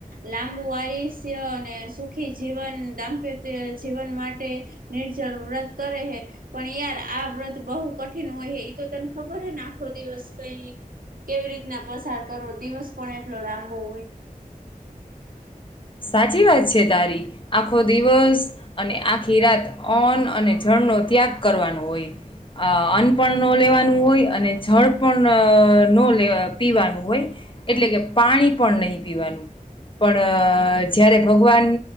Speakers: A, on the right (about 75°); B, on the left (about 35°).
A: લાંબ વાઇસ. અને સુખી જીવન દાંપત્ય જીવન માટે નિર્જળ વ્રત કરે. પણ યાર આ વ્રત બહુ કઠિન હોય હ તો તને ખબર હ ને આખો દિવસ કઈ. કેવી રીતના પસાર કરવો દિવસ પણ એટલો લાંબો હોય.
B: <unintelligible> સાચી વાત છે તારી આખો દિવસ અને આખી રાત ઓન અને જ. નો ત્યાગ કરવાનું હોય. અ અન્ન પણ ન લેવાનું હોય અને જળ પણ ને પીવાનું હોય. એટલે કે પાણી પણ નહીં પીવાનું પણ. જય્યારે ભગવાન